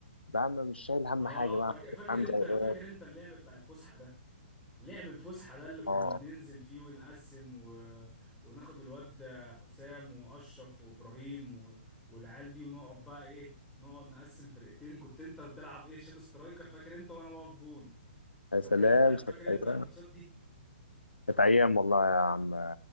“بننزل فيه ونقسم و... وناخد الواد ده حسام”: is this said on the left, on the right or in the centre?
Centre